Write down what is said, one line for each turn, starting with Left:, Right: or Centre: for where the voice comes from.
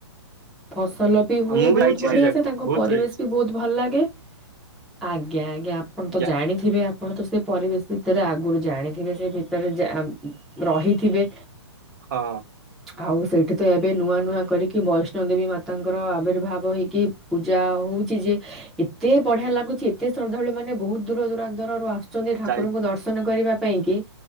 Centre: ଫସ ତଲପି ହୁଏ
Right: ମୁଁ ବି
Centre: ବହୁତ
Right: ଯାଇଛି
Centre: ବଢିଆ
Right: ଜାଗାକୁ
Centre: ସେ ତାଙ୍କ
Right: ବହୁତ
Centre: ପରିବେଶ
Right: ଥର ଯାଇଛି
Centre: ବି ବହୁତ ଭଲ ଲାଗେ ଆଜ୍ଞା ଆ ଆଜ୍ଞା ଆପଣ
Right: ଆଜ୍ଞା
Centre: ତ ଜାଣିଥିବେ ଆପଣ ତ ସେ ପରିବେଶ ଭିତରେ ଆଗରୁ ଜାଣିଥିବେ ସେ ଭିତ ରହିଥିବେ।
Right: ହଁ।
Centre: ଆଉ ସେଇଠି ତ ଏବେ ନୂଆ ନୂଆ କରିକି ବୈଷ୍ଣୋ ଦେବୀ ମାତାଙ୍କର ଆବିର୍ଭାବ ହେଇକି ପୂଜା ହଉ ଏତେ ବଢିଆ ଲାଗୁଛି ଏତେ ଶ୍ରଦ୍ଧାଳୁ ମାନେ ବହୁତ ଦର ଦରାନ୍ତରୁ ଆ ଛନ୍ତି ଠାକୁରଙ୍କୁ
Right: ଯାଇ
Centre: ଦର୍ଶନ କରିବା ପାଇଁ କି।